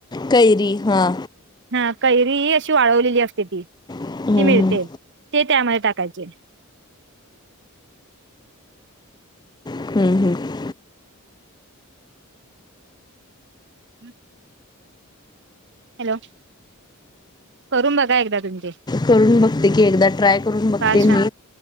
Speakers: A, on the left (about 20°); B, on the right (about 55°).
A: कैरी हा
B: हा कैरी ही अशी वाळवलेली असते ती
A: हम्म
B: ती मिळते.
A: हम्म
B: ते त्यामध्ये टाकायचे.
A: हम्म हम्म.
B: <unintelligible> हॅलो. करून बघा एकदा तुमचे.
A: करून बघते की एकदा ट्राय करून बघते
B: फार
A: मी
B: छान